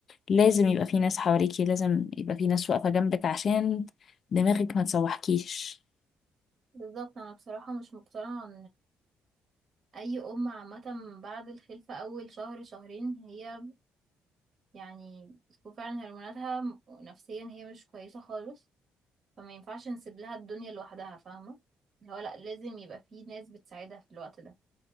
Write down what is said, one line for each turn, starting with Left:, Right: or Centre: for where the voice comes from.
Left: لازم يبقى في ناس حواليكي لازم يبقى في ناس واقفة جنبك عشان دماغك ما تسوحكيش
Right: بالظبط أنا بصراحة مش مقتنعة اي ام عامه بعد الخلفه اول شهر شهرين هي يعني بتكون فعلا هرموناتها م- نفسيا هي مش كويسه خالص فما ينفعش نسيب لها الدنيا لوحدها فاهمه اللي هو لا لازم يبقى في ناس بتساعدها في الوقت ده